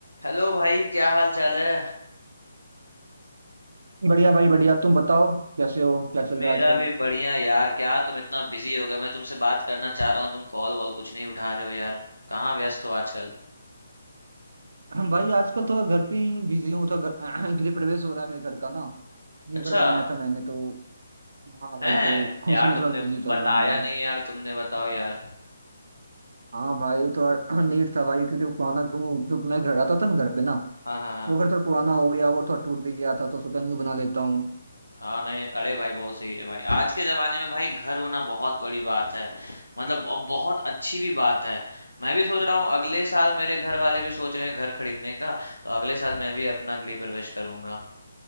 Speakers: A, on the left; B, on the right.
A: Hello भाई क्या हाल चाल है
B: बढ़िया भाई बढ़िया तुम बताओ कैसे हो क्या चल
A: मेरा
B: रहा है आजकल
A: भी बढ़िया यार क्या तुम इतना बिजी हो गए मैं तुमसे बात करना चाह रहा हूँ तुम कॉल वॉल कुछ नहीं उठा रहे हो यार कहाँ व्यस्त हो आजकल
B: <clears throat> भाई आजकल थोड़ा घर पे ही बिजी हूँ तो घर <clears throat> गृह प्रवेश हो रहा है मेरे घर का ना न्यू
A: अच्छा
B: घर बनाया था मैंने तो हाँ भाई
A: है
B: तो
A: यार
B: उसी में
A: तुमने
B: थोड़ा बिजी चल
A: बताया
B: रहा हूँ मैं भी
A: नहीं यार तुमने बताओ यार
B: हाँ भाई थोड़ा <clears throat> नीड था भाई क्योंकि वो पुराना वो जो मैं घर आता था ना घर पे ना
A: हाँ हाँ हाँ
B: वो घर थोड़ा पुराना हो गया वो थोड़ा टूट भी गया था तो सोचा न्यू बना लेता हूँ
A: हाँ नहीं नहीं अरे भाई बहुत सही है भाई आज के जमाने में भाई घर होना बहुत बड़ी बात है मतलब अब बहुत अच्छी भी बात है मैं भी सोच रहा हूँ अगले साल मेरे घर वाले भी सोच रहे हैं घर खरीदने का तो अगले साल मैं भी अपना गृह प्रवेश करूंगा